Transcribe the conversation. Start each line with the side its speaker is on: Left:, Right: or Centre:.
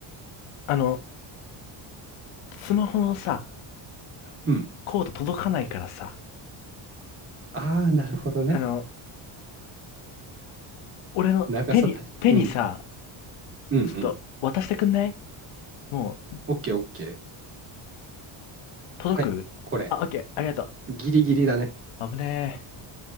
Left: あの、スマホのさ、
Right: うん。
Left: コード届かないからさ、
Right: ああ、なるほどね。
Left: あの、俺の手に、
Right: 長さ足りない。
Left: 手にさ、
Right: うん。うんうん。
Left: ちょっと渡してくんないもう、
Right: オッケーオッケー。
Left: 届くあ、
Right: はい。これ、
Left: オッケー、ありがと
Right: ギリギリだね。
Left: う。危ねえ。